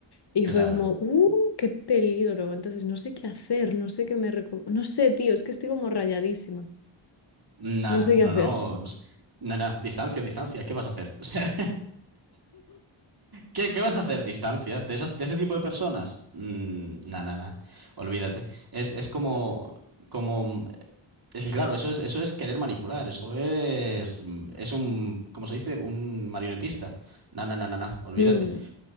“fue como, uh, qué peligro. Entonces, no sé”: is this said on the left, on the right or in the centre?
Left